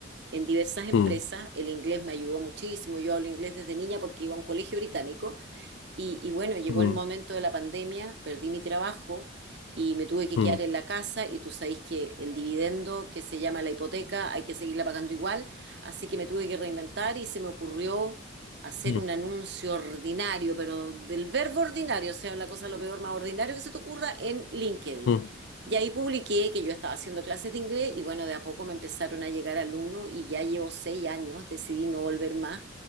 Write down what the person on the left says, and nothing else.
Mm,
mm,
mm,
mm,
mm.